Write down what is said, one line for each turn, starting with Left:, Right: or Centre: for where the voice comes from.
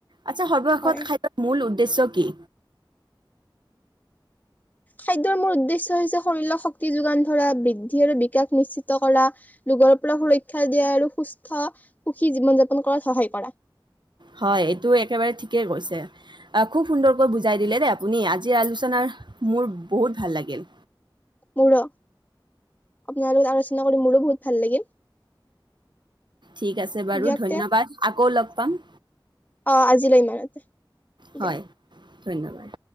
Right: আচ্ছা সৰ্বশেষত
Left: হয়।
Right: খাদৰ মূল উদ্দেশ্য কি?
Left: খাদ্যৰ মূল উদ্দেশ্য হৈছে শৰীৰক শক্তি যোগান ধৰা, বৃদ্ধি আৰু বিকাশ নিশ্চিত কৰা, ৰোগৰ পৰা সুৰক্ষা দিয়া, আৰু সুস্থ সুখী জীৱন যাপন কৰাত সহায় কৰা।
Right: হয় এইটো একেবাৰে ঠিকেই কৈছে। খুব সুন্দৰকৈ বুজাই দিলে দেই আপুনি আজিৰ আলোচনাৰ মোৰ বহুত ভাল লাগিল।
Left: মোৰ। আপোনাৰ লগত আলোচনা কৰি মোৰো বহুত ভাল লাগিল।
Right: ঠিক আছে বাৰু
Left: দিয়ক
Right: ধন্যবাদ
Left: তে
Right: আকৌ লগ পাম।
Left: অ আজিলৈ ইমানতে
Right: হয়,
Left: দিয়ক।
Right: ধন্যবাদ।